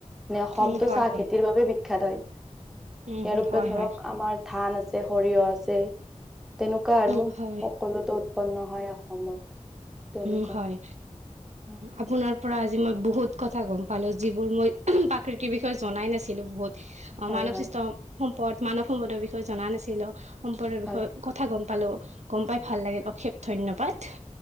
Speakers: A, in the centre; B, on the right.
A: অসমতটো
B: উম হয়
A: চাহ
B: হয়
A: খেতিৰ বাবে বিখ্যাত হয়।
B: উম
A: ইয়াৰপৰি
B: হয়
A: ধৰক
B: হয়
A: আমাৰ ধান আছে, সৰিয়হ আছে, তেনেকুৱা আৰু-
B: উম হয়
A: সকলোতে উৎপন্ন হয়। অসমত তেনেকুৱা
B: উম, হয়।
A: হয়
B: আপোনাৰ পৰা আজি মই বহুত কথা গম পালো যিবোৰ মই প্ৰাকৃতিৰ বিষয়ে জনাই নাছিলো বহুত। অ',
A: হয়
B: মানৱ
A: হয়
B: সৃষ্ট সম্পদ মানৱ সম্পদৰ বিষয়ে জনা নাছিলো সম্পদৰ
A: হয়
B: বিষয়ে কথা গম পালোঁ গম পাই ভাল লাগিল অশেষ ধন্যবাদ